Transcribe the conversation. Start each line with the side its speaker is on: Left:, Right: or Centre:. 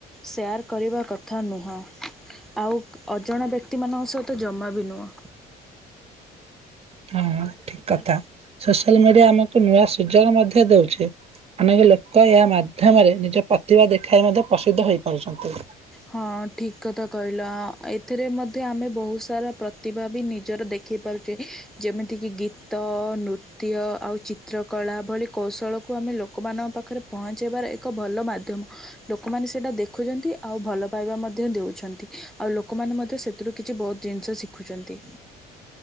Centre: ସେୟାର୍ କରିବା କଥା ନୁହଁ। ଆଉ ଅଜଣା ବ୍ୟକ୍ତିମାନଙ୍କ ସହିତ ଜମା ବି ନୁହଁ।
Right: ହୁଁ ଠିକ କଥା ସୋସିଆଲ ମିଡ଼ିଆ ଆମକୁ ନୂଆ ସୁଯୋଗ ମଧ୍ୟ ଦଉଛି। ଅନେକ ଲୋକ ଏହା ମାଧ୍ୟମରେ ନିଜ ପ୍ରତିଭା ଦେଖାଇ ମଧ୍ୟ ପ୍ରସିଦ୍ଧ ହେଇପାରୁଛନ୍ତି।
Centre: ହଁ ଠିକ୍ କଥା କହିଲ ଏଥିରେ ମଧ୍ୟ ଆମେ ବହୁତ ସାରା ପ୍ରତିଭା ବି ନିଜର ଦେଖି ପାରୁତେ ଯେମିତିକି ଗୀତ ନୃତ୍ୟ ଆଉ ଚିତ୍ରକଳା ଭଳି କୌଶଳକୁ ଆମେ ଲୋକମାନଙ୍କ ପାଖରେ ପହଞ୍ଚାଇବାର ଏକ ଭଲ ମାଧ୍ୟମ ଲୋକମାନେ ସେଇଟା ଦେଖୁଚନ୍ତି। ଆଉ ଭଲ ପାଇବା ମଧ୍ୟ ଦେଉଛନ୍ତି ଆଉ ଲୋକମାନେ ମଧ୍ୟ ସେଥିରୁ କିଛି ବହୁତ ଜିନିଷ ଶିଖୁଛନ୍ତି।